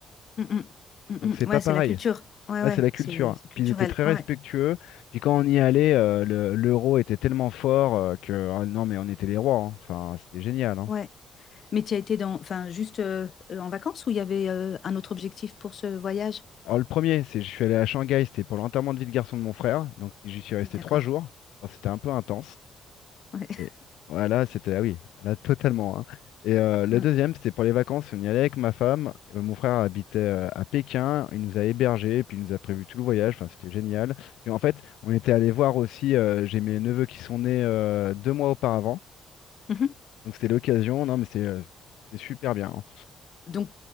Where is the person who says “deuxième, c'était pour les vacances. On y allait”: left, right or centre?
Left